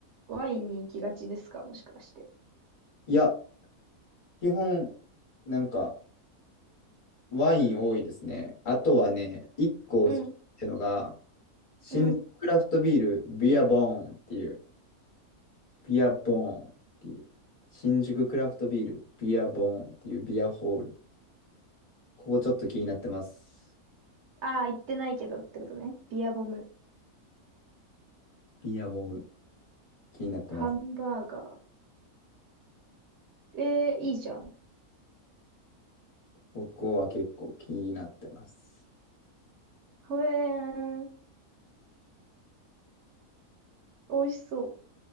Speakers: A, on the right; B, on the left.
A: ワインに行きがちですかもしかして。
B: いや、基本、なんか、ワイン多いですね。あとはね、一個ってのが、
A: うん、
B: 新宿クラフトビール、
A: うん。
B: ビアボーンっていう、ビアボーンっていう、新宿クラフトビール、ビアボーンっていうビアホール。ここちょっと気になってます。
A: ああ、行ってないけどってことね。ビアボム。
B: ビアボブ、気になってます。
A: ハンバーガー。えー、いいじゃん。
B: ここは結構気になってます。
A: ほえーん。美味しそう。